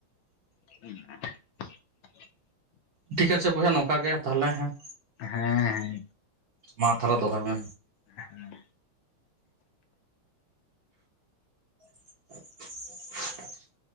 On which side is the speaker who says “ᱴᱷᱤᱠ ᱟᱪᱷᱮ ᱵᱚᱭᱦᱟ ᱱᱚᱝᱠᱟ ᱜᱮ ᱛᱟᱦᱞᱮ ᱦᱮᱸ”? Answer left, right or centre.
Right